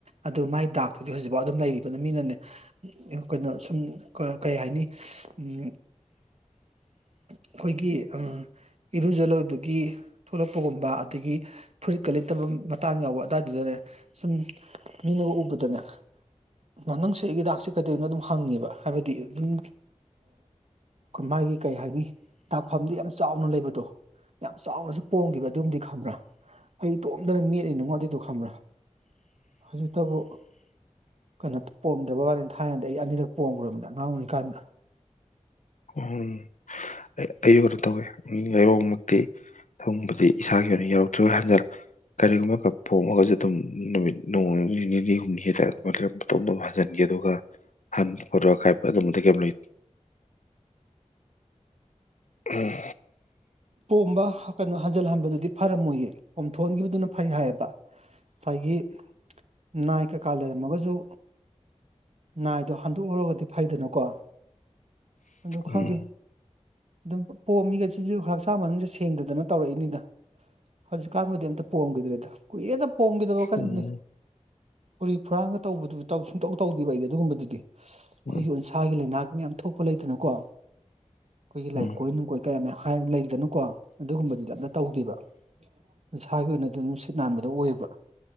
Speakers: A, on the right; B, on the left.
A: ꯑꯗꯨ ꯃꯥꯏ ꯗꯥꯛ- ꯇꯨꯗꯤ ꯍꯧꯖꯤꯛꯐꯥꯎ ꯑꯗꯨꯝ ꯂꯩꯔꯤꯕ ꯃꯤꯅꯅꯦ ꯀꯩꯅꯣ ꯁꯨꯝ ꯀ ꯀꯩ ꯍꯥꯏꯅꯤ ꯎꯝ ꯑꯩꯈꯣꯏꯒꯤ ꯑ ꯏꯔꯨꯖ ꯂꯣꯏꯕꯒꯤ ꯊꯣꯂꯛꯄꯒꯨꯝꯕ ꯑꯗꯒꯤ ꯐꯨꯔꯤꯠꯀ ꯂꯤꯠꯇꯕ ꯃꯇꯥꯡ ꯌꯥꯎꯕ ꯑꯗꯥꯏꯗꯨꯗꯅꯦ ꯁꯨꯝ ꯃꯤꯅꯒ ꯎꯕꯗꯅꯦ ꯃꯉꯥꯡꯁꯤꯏ ꯍꯤꯗꯥꯛꯁꯦ ꯀꯩꯗꯅꯣ ꯑꯗꯨꯝ ꯍꯪꯉꯦꯕ ꯍꯥꯏꯕꯗꯤ ꯑꯗꯨꯝ ꯃꯥꯒꯤ ꯀꯩ ꯍꯥꯏꯅꯤ ꯂꯥꯛꯐꯝꯗꯤ ꯌꯥꯝ ꯆꯥꯎꯅ ꯂꯩꯕꯗꯣ ꯌꯥꯝ ꯆꯥꯎꯅꯁꯨ ꯄꯣꯡꯝꯈꯤꯕ ꯑꯗꯨꯝꯗꯤ ꯈꯪꯕ꯭ꯔꯥ ꯑꯩ ꯇꯣꯝꯗꯅ ꯃꯦꯠꯂꯤꯅꯅꯨꯡꯉꯣ ꯑꯗꯨꯏꯗꯣ ꯈꯪꯕ꯭ꯔꯥ ꯍꯧꯖꯤꯛꯇꯕꯨ ꯀꯩꯅꯣ ꯄꯣꯝꯗ꯭ꯔꯕ ꯋꯥꯅ ꯍꯥꯏꯔꯅꯗꯤ ꯑꯩ ꯑꯅꯤꯔꯛ ꯄꯣꯡꯝꯈ꯭ꯔꯕꯅꯤꯅ ꯑꯉꯥꯡ ꯑꯣꯏꯔꯤꯀꯥꯟꯗ
B: ꯎꯝ ꯑꯩꯌꯨ ꯑꯣꯏꯅ ꯇꯧꯋꯦ ꯉꯔꯣꯡꯃꯛꯇꯤ ꯊꯪꯕꯗꯤ ꯏꯁꯥꯒꯤ ꯑꯣꯏꯅ ꯌꯧꯔꯛꯇ꯭ꯔꯣꯏ ꯍꯟꯖꯔꯦ ꯀꯔꯤꯒꯨꯝꯕꯒ ꯐꯣꯝꯉꯒꯁꯨ ꯑꯗꯨꯝ ꯅꯨꯃꯤꯠ ꯅꯣꯡ ꯅꯤꯅꯤ ꯍꯨꯝꯅꯤ ꯍ ꯆ ꯑꯗꯨꯃꯥꯏ ꯇꯣꯝ ꯇ ꯍꯟꯖꯤꯟꯒꯦ ꯑꯗꯨꯒ ꯍꯟ ꯈꯣꯠꯄ ꯈꯥꯏꯄ ꯑꯗꯨꯝꯕꯗꯤ ꯀꯩꯝ ꯂꯩ ꯎꯝ
A: ꯄꯣꯝꯕ ꯀꯩꯅꯣ ꯍꯟꯖꯤꯜꯍꯟꯕꯗꯨꯗꯤ ꯐꯔꯝꯃꯣꯏꯌꯦ ꯄꯣꯝꯊꯣꯛꯍꯟꯈꯤꯕꯗꯨꯅ ꯐꯩ ꯍꯥꯏꯌꯦꯕ ꯉꯁꯥꯏꯒꯤ ꯅꯥꯏ ꯀꯀꯥ ꯂꯩꯔꯝꯃꯒꯁꯨ ꯅꯥꯏꯗꯣ ꯍꯟꯗꯣꯛꯎꯒꯗꯤ ꯐꯩꯗꯅꯀꯣ ꯑꯗꯨ ꯈꯥꯡꯗꯦ
B: ꯎꯝ
A: ꯑꯗꯨꯝ ꯄꯣꯛꯑ ꯃꯤꯒꯁꯤꯁꯤꯁꯨ ꯈꯥꯡꯆꯦ ꯆ ꯃꯅꯨꯡꯁꯦ ꯁꯦꯡꯗꯗꯅ ꯇꯧꯔꯛꯏꯅꯤꯗ ꯍꯧꯖꯤꯛꯀꯥꯟꯕꯨꯗꯤ ꯑꯝꯇ ꯄꯣꯝꯈꯤꯗ꯭ꯔꯦꯗ ꯀꯨꯏꯦꯅ ꯄꯣꯡꯝꯈꯤꯗꯕ ꯀꯩꯅꯣꯅꯦ
B: ꯎꯝ
A: ꯎꯨꯔꯤ ꯐꯨꯔꯥꯟꯒ ꯇꯧꯕꯗꯨꯕꯨ ꯇꯧ ꯁꯨꯡꯇꯧ ꯇꯧꯗꯦꯕ ꯑꯩꯗꯤ ꯑꯗꯨꯒꯨꯝꯕꯗꯨꯗꯤ ꯑꯩꯈꯣꯏꯒꯤ
B: ꯎꯝ
A: ꯎꯟꯁꯥꯒꯤ ꯂꯩꯅꯥ ꯃꯌꯥꯝ ꯊꯣꯛꯄ ꯂꯩꯗꯅꯀꯣ ꯑꯩꯈꯣꯏꯒꯤ ꯂꯥꯏꯀꯣꯏ
B: ꯎꯝ
A: ꯅꯨꯡꯀꯣꯏ ꯀꯌꯥ ꯃ ꯂꯩ ꯑꯗꯨꯗꯅꯨꯀꯣ ꯑꯗꯨꯒꯨꯝꯕꯗꯨꯗ ꯑꯝꯇ ꯇꯧꯗꯦꯕ ꯅꯁꯥꯒꯤ ꯑꯣꯏꯅꯗꯤ ꯑꯗꯨꯝꯅꯨꯡ ꯁꯤꯠ ꯅꯥꯟꯕꯗꯣ ꯑꯣꯏꯌꯦꯕ